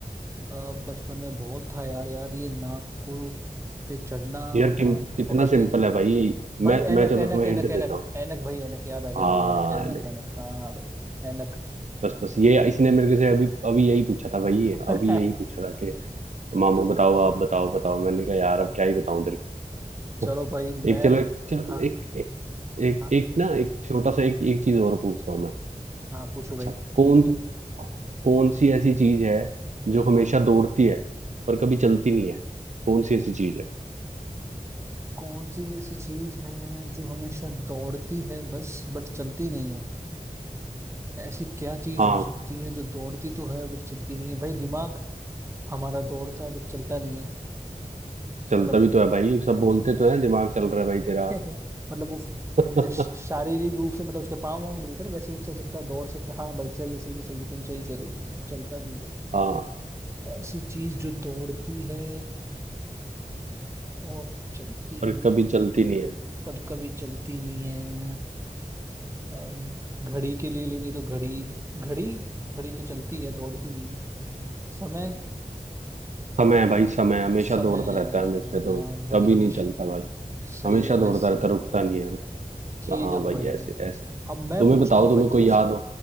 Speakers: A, on the right (about 20°); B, on the right (about 55°).
A: आ, बचपन में बहुत था यार याद ये नाक को पे चढ़ना
B: यार
A: और
B: कि,
A: कान को
B: कितना
A: पकड़
B: सिंपल
A: लेना
B: है भाई मैं
A: भाई ऐनक
B: मैं चलो
A: ऐनक
B: तुम्हें
A: ऐनक
B: हिंट
A: ऐनक
B: देता हूँ
A: ऐनक भाई ऐनक याद आ गया
B: हाँ
A: भाई ऐनक ऐनक ऐनक हाँ भाई ऐनक
B: बस बस ये इसने मेरे को से अभी अभी यही पूछा था भाई
A: <laughs>
B: अभी यही पूछा था कि मामू
A: तो
B: बताओ आप बताओ बताओ मैंने कहा यार अब क्या ही बताऊं तेरे
A: चलो
B: को
A: भाई
B: एक
A: मैं
B: चलो एक- चलो
A: हाँ
B: एक एक एक,
A: हाँ
B: एक ना एक छोटा सा एक एक चीज और पूछता हूँ मैं
A: हाँ पूछो
B: अच्छा
A: भाई
B: कौन कौन सी ऐसी चीज है जो हमेशा दौड़ती है पर कभी चलती नहीं है कौन सी ऐसी चीज है
A: कौन सी ऐसी चीज है जो हमेशा दौड़ती है बस बट चलती नहीं है ऐसी क्या चीज
B: हाँ
A: हो सकती है जो दौड़ती तो है बट चलती नहीं है भाई दिमाग हमारा दौड़ता है बट चलता नहीं है
B: चलता
A: मतलब
B: भी
A: वो
B: तो है भाई सब बोलते तो हैं दिमाग चल रहा है भाई तेरा
A: <laughs> मतलब वो
B: हाँ
A: ऐसे शारीरिक रूप से मतलब उसके पाँव वाँव नहीं होते ना वैसे नहीं चल सकता दौड़ सकता हाँ भाई सही है सही है सही है तुम सही कह रहे हो चलता भी है
B: हाँ
A: ऐसी चीज जो दौड़ती है और चलती
B: पर
A: भी
B: कभी चलती नहीं है
A: पर कभी चलती नहीं है अम, घड़ी के लिए लेंगे तो घड़ी घड़ी घड़ी तो चलती है दौड़ती नहीं है समय
B: समय है भाई समय हमेशा
A: समय
B: दौड़ता रहता है हमेशा दौड़ता
A: हाँ भाई
B: कभी
A: हमेशा
B: नहीं चलता भाई
A: सही
B: हमेशा
A: है
B: दौड़ता
A: भाई सही
B: रहता रुकता
A: है
B: नहीं है रुक-
A: ठीक
B: हाँ
A: है
B: भाई
A: भाई
B: ऐसे ऐसे
A: अब मैं
B: तुम्हें
A: पूछता
B: बताओ
A: हूँ
B: तुम्हें
A: भाई
B: कोई
A: तुमसे
B: याद हो